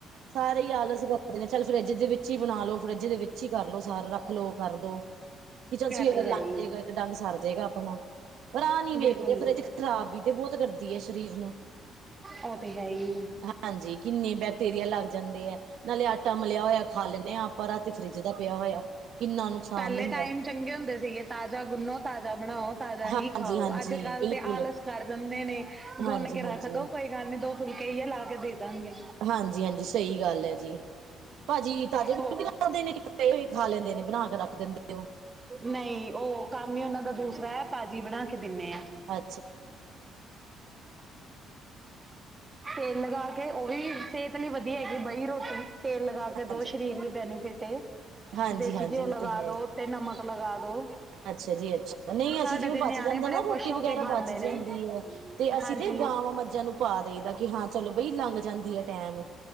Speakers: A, on the right (about 70°); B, on the right (about 20°).
A: ਸਾਰੇ ਈ ਆਲਸ ਕਰਦੇ ਨੇ ਚੱਲ ਫਰਿੱਜ ਜੇ ਵਿੱਚ ਈ ਬਣਾ ਲੋ ਫਰਿੱਜ ਜੇ ਵਿੱਚ ਈ ਕਰ ਲੋ ਸਾਰਾ ਰੱਖ ਲੋ ਕਰ ਦੋ, ਕੀ ਚੱਲ ਸਵੇਰੇ
B: ਇਹ ਤੇ ਹੈ
A: ਲੰਘ
B: ਹੀ
A: ਜੇਗਾ
B: ਹੈ
A: ਇੱਕ ਡੰਗ ਸਰ ਜੇਗਾ ਆਪਣਾ। ਪਰ ਆ ਨੀ ਵੇਖਦੇ
B: ਬਿਲਕੁਲ
A: ਫਰਿੱਜ ਖਰਾਬ ਵੀ ਤੇ ਬਹੁਤ ਕਰਦੀ ਅ ਸਰੀਰ ਨੂੰ।
B: ਉਹ ਤੇ ਹੈ ਹੀ ਹੈ
A: ਹਾਂਜੀ ਕਿੰਨੇ ਬੈਕਟੀਰੀਆ ਲੱਗ ਜਾਂਦੇ ਐ, ਨਾ। ਟਾ ਮਲਿਆ ਹੋਇਆ ਖਾ ਲੈਣੇ ਆ ਆਪਾਂ ਰਾਤੀ ਫਰਿੱਜ ਦਾ ਪਿਆ ਹੋਇਆ। ਕਿੰਨਾ ਨੁਕਸਾਨ
B: ਪਹਿਲੇ
A: ਦਿੰਦਾ
B: ਟਾਈਮ ਚੰਗੇ ਹੁੰਦੇ ਸਿਗੇ ਤਾਜ਼ਾ ਗੁੰਨੋ ਤਾਜ਼ਾ। ਬਣਾਓ ਤਾਜ਼ਾ
A: ਹਾਂਜੀ
B: ਹੀ ਖਾਓ
A: ਹਾਂਜੀ
B: ਅੱਜ ਕੱਲ
A: ਬਿਲਕੁਲ
B: ਤੇ ਆਲਸ ਕਰ ਜਾਂਦੇ ਨੇ
A: ਹਾਂਜੀ
B: ਗੁੰਨ ਕੇ
A: ਹਾਂਜੀ
B: ਰੱਖ ਦੋ ਕੋਈ ਗੱਲ ਨੀ। ਦੋ ਫੁਲਕੇ ਈ ਐ ਲਾ ਕੇ ਦੇ। ਦਾਂਗੇ
A: ਹਾਂਜੀ ਹਾਂਜੀ ਸਹੀ ਗੱਲ ਅ ਜੀ ਭਾਜੀ ਤਾਜ਼ੇ
B: ਹੋ
A: <unintelligible> ਖਾ ਲੈਂਦੇ ਨੇ ਬਣਾ ਕੇ ਰੱਖ ਦਿੰਦੇ ਹੋ
B: ਨਹੀਂ, ਉਹ ਕੰਮ ਹੀ ਉਹਨਾਂ ਦਾ ਦੂਸਰਾ ਐ। ਤਾਜੀ ਬਣਾ। ਕੇ ਦਿੰਨੇ
A: ਆ
B: ਤੇਲ ਲਗਾ। ਉਹ ਵੀ ਸਿਹਤ ਲਈ ਵਧੀਆ ਹੈਗੀ ਬਹੀ ਰੋਟੀ ਤੇਲ ਲਗਾ ਕੇ
A: ਹਾਂਜੀ
B: ਦੋ ਸਰੀਰ ਲਈ ਬੈਨੀਫਿਟ ਐ।
A: ਹਾਂਜੀ
B: ਦੇਸੀ
A: ਹਾਂਜੀ
B: ਘਿਓ ਲਗਾ
A: ਉਹ ਤੇ ਹੈ
B: ਦੋ ਤੇ ਨਮਕ ਲਗਾ ਦੋ।
A: ਅੱਛਾ ਜੀ, ਅੱਛਾ ਨਹੀਂ,
B: ਸਾਡੇ
A: ਅਸੀਂ ਜਿਵੇਂ
B: ਤੇ ਨਿਆਣੇ
A: ਬਚ ਜਾਂਦਾ
B: ਬੜੇ
A: ਨਾ
B: ਖੁਸ਼
A: ਰੋਟੀ
B: ਹੋ
A: ਵਗੈਰਾ
B: ਕੇ ਖਾਂਦੇ
A: ਬਚ
B: ਨੇ
A: ਜਾਂਦੀ ਐ, ਤੇ ਅਸੀਂ
B: ਹਾਂਜੀ।
A: ਗਾਵਾਂ-ਮੱਝਾਂ ਨੂੰ ਪਾ ਦਈਦਾ ਕਿ ਹਾਂ, ਚਲੋ ਬਈ, ਲੰਘ ਜਾਂਦੀ ਐ ਟੈਮ,